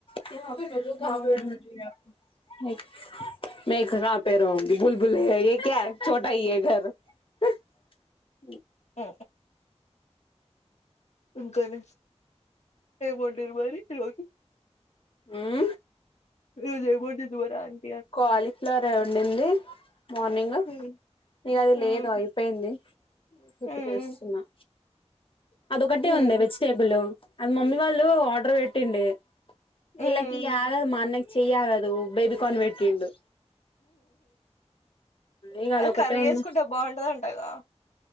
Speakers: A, on the left (about 50°); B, on the left (about 80°).
A: ో పేడ
B: ఉమ్
A: మంచింది <unintelligible> మ పే రూీ బల్బలే ఏ క్యా ోటా హఘర <unintelligible> ఆ
B: ఆ ఇంకానే అయిపంర్ మరి రగి <unintelligible>
A: ఉం
B: వజయిదిదు్వరా <unintelligible>
A: కాలీఫ్లవర్ వండింది మార్నింగ్
B: ఉమ్
A: ఇగ అది
B: ఉమ్
A: లేదు అయిపోయింది ఇప్పుడు
B: ఉమ్
A: చేస్తున్నా అదొకటే
B: ఉమ్
A: ఉంది వెజిటేబుల్ అది మమ్మీ వాళ్ళు ఆర్డర్ పెట్టిండి
B: హ్మ్
A: ఇలకి ఆగదు మా అన్నకి చెయి ఆగదు బేబికార్న్ పెట్టిండు ఇక అదొకటే
B: అది కర్రీ
A: ఉంది
B: చేసుకుంటే బాగుంటదింటగా